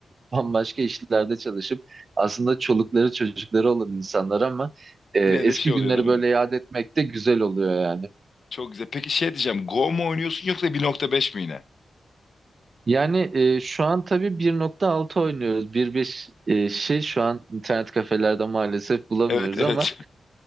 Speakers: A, on the right; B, on the left.
A: bambaşka işlerde çalışıp aslında çolukları çocukları olan insanlar ama e, eski
B: Yine de şey oluyor
A: günleri
B: değil mi?
A: böyle yad etmek de güzel oluyor yani.
B: Çok güzel. Peki şey diyeceğim. Go mu oynuyorsun yoksa 1.5 mi yine?
A: Yani e, şu an tabii 1.6 oynuyoruz. 1.5 e, şey şu an internet kafelerde maalesef bulamıyoruz
B: Evet evet.
A: ama